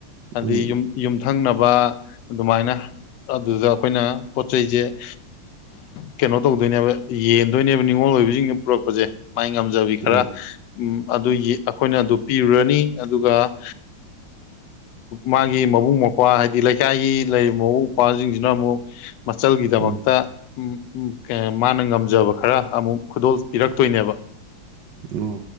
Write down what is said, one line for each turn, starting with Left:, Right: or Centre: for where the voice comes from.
Left: ꯑꯗꯨꯗꯤ
Right: ꯎꯝ
Left: ꯌꯨꯝ ꯌꯨꯝ ꯊꯪꯅꯕ ꯑꯗꯨꯃꯥꯏꯅ ꯑꯗꯨꯗ ꯑꯩꯈꯣꯏꯅ ꯄꯣꯠ ꯆꯩꯁꯦ ꯀꯩꯅꯣ ꯇꯧꯗꯣꯏꯅꯦꯕ ꯌꯦꯟꯗꯣꯏꯅꯦꯕ ꯅꯤꯡꯅꯤꯉꯣꯜ ꯑꯣꯏꯕꯁꯤꯡꯅ ꯄꯨꯔꯛꯄꯁꯦ ꯃꯥꯏ ꯉꯝꯖꯕꯤ
Right: ꯎꯝ
Left: ꯈꯔ ꯎꯝ ꯑꯗꯨꯒꯤ ꯑꯗꯨ ꯄꯤꯔꯨꯔꯅꯤ ꯑꯗꯨꯒ ꯃꯥꯒꯤ ꯃꯕꯨꯡ ꯃꯧꯄ꯭ꯋꯥ ꯍꯥꯏꯗꯤ ꯂꯩꯀꯥꯏꯒꯤ ꯂꯩꯔꯤꯕ ꯃꯕꯨꯡ ꯃꯧꯄ꯭ꯋꯥꯁꯤꯡꯁꯤꯅ ꯑꯃꯨꯛ ꯃꯆꯜꯒꯤꯗꯃꯛꯇ
Right: ꯎꯝ
Left: ꯎ ꯃꯥꯅ ꯉꯝꯖꯕ ꯈꯔ ꯑꯃꯨꯛ ꯈꯨꯗꯣꯜ ꯄꯤꯔꯛꯇꯣꯏꯅꯦꯕ
Right: ꯑꯣ